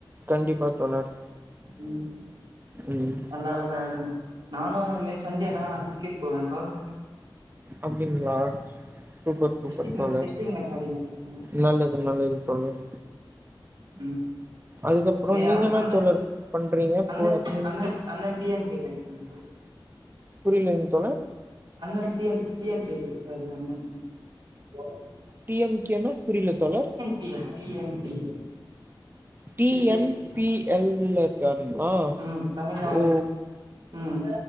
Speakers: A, on the right; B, on the right.
A: கண்டிப்பா தோழர்
B: உம்
A: ம்
B: நல்லா வெளாடுங்க நானு மிஸ் சன்டே அனா கிரிக்கெட் போவே டோர்னமெண்ட்
A: அப்டிங்களா சூப்பர் சூப்பர்
B: டிஸ்ட்ரிக்
A: தோழர்
B: டிஸ்ட்ரிக் மேட்ச் ஆடினு இருப்பே
A: நல்லது நல்லது தோழர்
B: ம்
A: அதுக்கப்புறோ
B: எங்க
A: நீங்க என்ன
B: அண்ண
A: தோழர் பண்றீங்க
B: அண்ண
A: பு ம்
B: அண்ண அண்ண டி எம் <unintelligible> ம்
A: புரியலங்க தோழர்
B: அண்ணன் T N T N P இருக்காரு அண்ணண் ஹலோ
A: டி எம் கேன புரியிலத் தோழர்
B: P L T N P L
A: T
B: கிரிக்கெட்ல
A: N பி எல் இல்ல இருக்காரு அப்படிங்களா
B: ம் தமிழ்நாடு
A: ஓ
B: ம்